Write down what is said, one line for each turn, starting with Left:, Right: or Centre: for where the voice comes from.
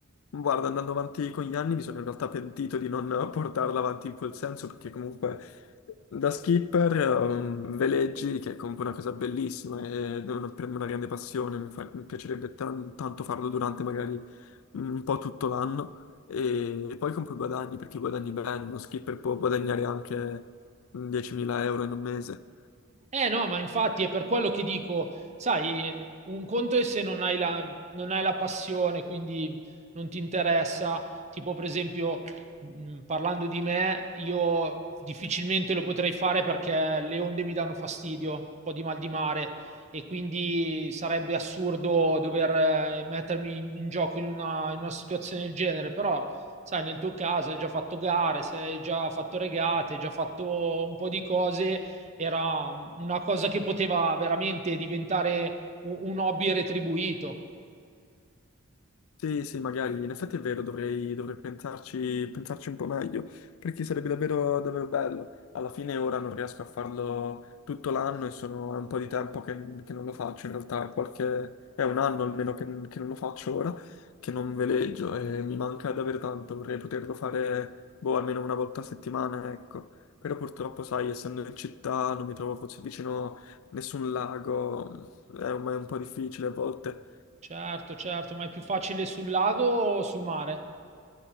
Left: Guarda, andando avanti con gli anni mi sono in realtà pentito di non eh, portarla avanti in quel senso, perché comunque da skipper ehm, veleggi, che è comunque una cosa bellissima e è una- per me una grande passione, mi, fa- mi piacerebbe tan- tanto farlo durante magari un po' tutto l'anno e, e poi comunque guadagni, perché guadagni bene, uno skipper può guadagnare anche 10.000 euro in un mese.
Right: Eh no, ma infatti è per quello che dico, sai, un conto è se non hai la, non hai la passione, quindi non ti interessa, tipo per esempio, mh, parlando di me, io difficilmente lo potrei fare perché le onde mi danno fastidio, un po' di mal di mare e quindi sarebbe assurdo dover eh, mettermi in in gioco in una, in una situazione del genere, però sai, nel tuo caso hai già fatto gare, sei già fatto regate, hai già fatto un po' di cose era una cosa che poteva veramente diventare u- un hobby retribuito.
Left: Sì, sì, magari, in effetti è vero, dovrei, dovrei pensarci, pensarci un po' meglio, perché sarebbe davvero, davvero bello. Alla fine ora non riesco a farlo tutto l'anno e sono, è un po' di tempo che, che non lo faccio, in realtà è, qualche, è un anno almeno che, che non lo faccio ora, che non veleggio e mi manca davvero tanto, vorrei poterlo fare, boh, almeno una volta a settimana, ecco. Però purtroppo, sai, essendo in città non mi trovo forse vicino nessun lago, è un è un po' difficile a volte.
Right: Certo, certo, ma è più facile sul lago o sul mare?